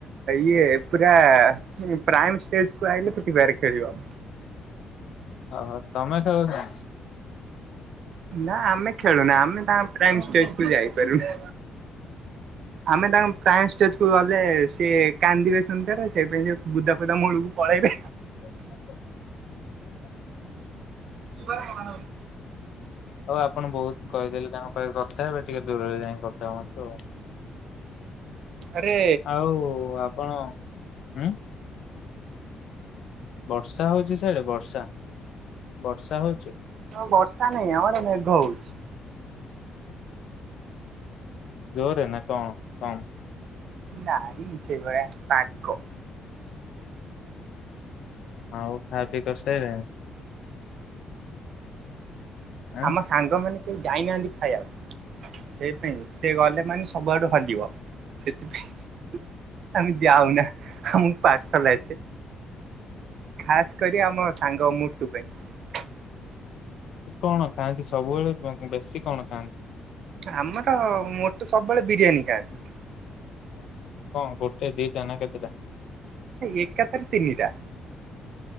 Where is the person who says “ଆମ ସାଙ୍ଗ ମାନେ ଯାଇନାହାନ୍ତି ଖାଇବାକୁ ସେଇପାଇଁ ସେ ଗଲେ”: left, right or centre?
Right